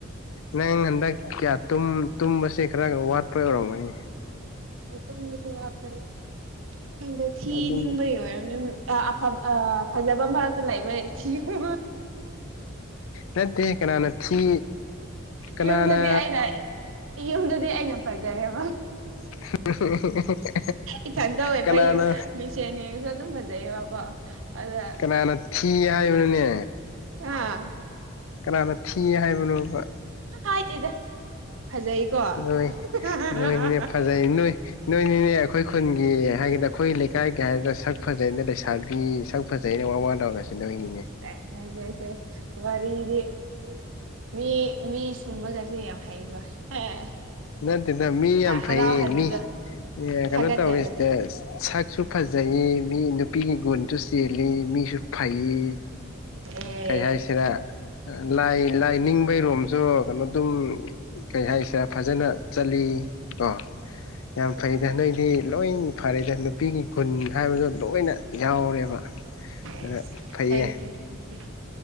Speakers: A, on the left; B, on the right.
A: ꯅꯪ ꯍꯟꯗꯛ ꯀꯌꯥ ꯇꯨꯝ ꯇꯨꯝꯕꯁꯦ ꯈꯔ ꯋꯥꯠꯄ ꯑꯣꯏꯔꯝꯒꯅꯤ
B: ꯇꯨꯝꯕꯁꯄ ꯋꯥꯞꯄꯩ ꯈꯪꯗꯦ ꯊꯤꯅꯤꯡꯕꯩ
A: ꯑꯗꯨ
B: ꯑꯣꯏꯔꯝꯅꯤ ꯑꯥ ꯑꯐꯥꯕ ꯑꯥ ꯐꯥꯖꯕ ꯃꯔꯛꯇꯥ ꯂꯩꯕꯩ ꯊꯤꯕ
A: ꯅꯠꯇꯦ ꯀꯅꯥꯅ ꯊꯤ ꯀꯅꯥꯅ
B: ꯌꯨꯝꯗꯗꯤ ꯑꯩꯅꯥ ꯌꯨꯝꯗꯗꯤ ꯑꯩꯅ ꯐꯖꯔꯦꯕ
A: <unintelligible>
B: ꯏꯊꯟꯇ ꯑꯣꯏꯕꯩ
A: ꯀꯅꯥꯅ
B: ꯃꯤꯡꯁꯦꯟ ꯌꯦꯡꯉꯁꯧ ꯑꯗꯨꯝ ꯐꯥꯖꯩꯌꯦꯕꯀꯣ ꯑꯗꯥ
A: ꯀꯅꯥꯅ ꯊꯤ ꯍꯥꯏꯕꯅꯣꯅꯦ
B: <unintelligible>
A: ꯀꯅꯥꯅ ꯊꯤꯏ ꯍꯥꯏꯕꯅꯣꯕ
B: ꯍꯥꯏꯗꯦꯗ ꯐꯖꯩꯀꯣ
A: ꯅꯣꯏ
B: ꯁꯦꯁ
A: ꯅꯣꯏꯅꯤꯅꯦ ꯐꯖꯩ ꯅꯣꯏ ꯅꯣꯏꯅꯤꯅꯦ ꯑꯩꯈꯣꯏ ꯈꯨꯟꯒꯤ ꯍꯥꯏꯒꯗ ꯑꯩꯈꯣꯏ ꯂꯩꯀꯥꯏꯒꯤ ꯍꯥꯏꯒꯗꯔ ꯁꯛ ꯐꯖꯩꯅ ꯂꯩꯁꯥꯕꯤ ꯁꯛ ꯐꯥꯖꯩꯅ ꯋꯥ ꯋꯥ ꯂꯥꯎꯔꯤꯁꯦ ꯅꯣꯏꯅꯤꯅꯦ
B: ꯁꯦꯁ ꯁꯦꯁ ꯁꯦꯁ ꯋꯥꯔꯤꯗꯤ ꯃꯤ ꯃꯤ ꯁꯨꯝꯕꯒꯁꯦ ꯌꯥꯝ ꯍꯩꯒꯣ ꯑꯦ
A: ꯅꯠꯇꯦꯗ ꯃꯤ ꯌꯥꯝ
B: ꯍꯔꯥꯎꯍꯟꯕꯗꯣ
A: ꯐꯩꯌꯦ ꯃꯤ ꯀꯩꯅꯣ
B: ꯊꯥꯒꯠꯆꯕꯗꯣ
A: ꯇꯧꯋꯤꯁꯤꯗ ꯁꯛꯁꯨ ꯐꯥꯖꯩꯌꯦ ꯃꯤ ꯅꯨꯄꯤꯒꯤ ꯒꯨꯟꯁꯨ ꯆꯦꯜꯂꯤ ꯃꯤꯁꯨ ꯐꯩꯌꯤ
B: ꯑꯦ
A: ꯀꯩ ꯍꯥꯏꯁꯤꯔ ꯂꯥꯏ ꯂꯥꯏ ꯅꯤꯡꯕꯩꯔꯣꯝꯁꯨ ꯀꯩꯅꯣ ꯑꯗꯨꯝ ꯀꯩ ꯍꯥꯏꯁꯤꯔꯥ ꯐꯥꯖꯅ ꯆꯠꯂꯤ ꯀꯣ ꯌꯥꯝ ꯐꯩꯗ ꯅꯣꯏꯗꯤ ꯂꯣꯏ ꯐꯔꯦꯗ ꯅꯨꯄꯤꯒꯤ ꯒꯨꯟ ꯍꯥꯏꯕꯗꯣ ꯂꯣꯏꯅ ꯌꯥꯎꯔꯦꯕ ꯑꯗꯨꯅ
B: ꯌꯦꯁ
A: ꯐꯩꯌꯦ
B: ꯊꯦꯡꯀ꯭ꯌꯨ ꯊꯦꯡꯀ꯭ꯌꯨ